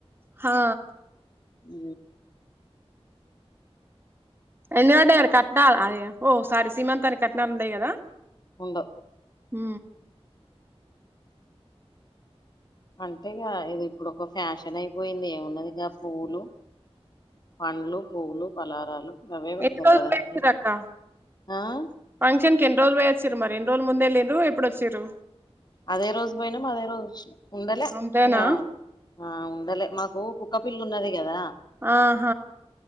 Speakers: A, on the right (about 20°); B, on the left (about 40°).
A: హా
B: ఉ
A: ఎన్ని పడారు కట్టనాల్ అది ఓ సారీ సీమంతానికి కట్నాలు ఉండయి కదా
B: ఉండవ్
A: ఊ
B: అంటే ఇగ ఇది ఇప్పుడు ఒక ఫ్యాషన్ అయిపోయింది ఏమున్నది గా పువ్లు పండ్లు పూవ్వులు పలారాలు అవే పెడతారు
A: ఎవళ్ళేవాళ్ళు
B: కదా
A: పోయిచిర్రక్క
B: ఇంకే ఆ
A: ఫంక్షన్ కి ఎన్ని రోజులు పోయాచ్చిరు మరి ఎన్ని రోలు ముందేల్లిండ్రు ఎప్పుడు వచ్చిరు
B: అదే రోజు పోయినాము అదే రోజు వచ్చినం ఉండలే
A: అంతేనా
B: ఇంగ ఆ ఉండలే మాకు కుక్క పిల్లున్నది కదా
A: అహ